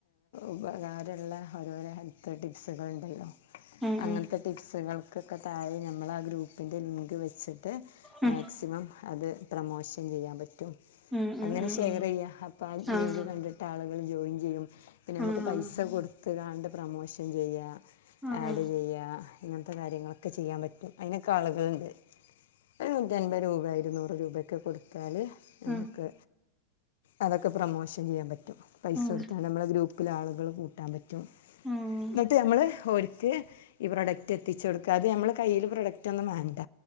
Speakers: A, on the left (about 65°); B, in the centre.
A: ഉപകാരള്ള ഓരോരോ ഹെൽത്ത് ടിപ്സുകളുണ്ടല്ലോ
B: ഉം ഉം
A: അങ്ങൻത്തെ
B: ഉം
A: ടിപ്സുകൾക്ക് ക്കെ താഴെ ഞമ്മളാ ഗ്രൂപ്പിൻ്റെ ലിങ്ക് വെച്ചിട്ട്
B: ഉം
A: മാക്സിമം അത് പ്രമോഷൻ ചെയ്യാം പറ്റും
B: ഉം
A: അങ്ങനെ
B: ഉം
A: ഷെയർ
B: ഉം ഉം
A: എയ്യ അപ്പ ആ
B: ആഹ്
A: ലിങ്ക് കണ്ടിട്ട് ആള് ജോയിൻ ചെയ്യും പിന്നെ നമുക്ക്
B: ആഹ്
A: പൈസ കൊടുത്ത് കാണ്ട് പ്രമോഷൻ ചെയ്യുക
B: ആഹ
A: എന്ത് ചെയ്യുക ഇങ്ങനത്തെ കാര്യങ്ങളൊക്കെ ചെയ്യാൻ പറ്റും അതിനൊക്കെ ആളുകളുണ്ട് ഒരു നൂറ്റിൻപത് രൂപ ഇരുന്നൂറ് രൂപൊക്കെ കൊടുത്ത് വച്ചാൽ നമുക്ക്
B: ഉം
A: അതൊക്കെ പ്രമോഷൻ ചെയ്യാൻ പറ്റും പൈസ
B: ഉം
A: എടുത്താ നമ്മള ഗ്രൂപ്പില ആളുകളും കൂട്ടാൻ പറ്റി എന്നിട്ട്
B: ഉം
A: നമ്മള് ക്ക് ഈ പ്രൊഡക്റ്റ് എത്തിച്ച് കൊടുക്കാം അത് നമ്മൾ കയ്യിൽ പ്രൊഡക്റ്റ് ഒന്നും വേണ്ട